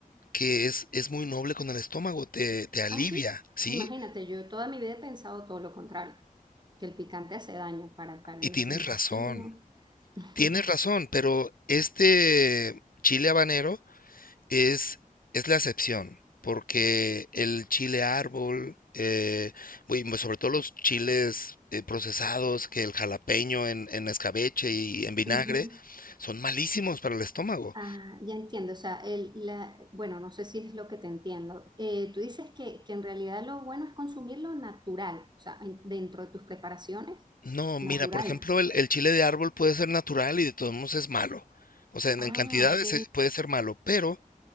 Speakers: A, on the left (about 70°); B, on the right (about 30°).
A: que es, es muy noble con el estómago, te, te alivia,
B: Ah, sí.
A: ¿sí?
B: Imagínate, yo toda mi vida he pensado todo lo contrario, que el picante hace daño para, para
A: Y
B: los
A: tienes
B: intestinos.
A: razón,
B: <laughs>
A: tienes razón, pero este chile habanero Es, es la excepción, porque el chile árbol, eh, güey, mo- sobre todo los chiles eh, procesados, que el jalapeño en, en escabeche y en vinagre,
B: Ujú.
A: son malísimos para el estómago.
B: Ah, ya entiendo, o sea, el, la, bueno, no sé si es lo que te entiendo. Eh, tú dices que, que en realidad lo bueno es consumir lo natural, o sea, en- dentro de tus preparaciones,
A: No,
B: natural.
A: mira, por ejemplo, el, el chile de árbol puede ser natural y de todos modos es malo. O sea, en,
B: Ah,
A: en cantidades
B: ok.
A: eh, puede ser malo, pero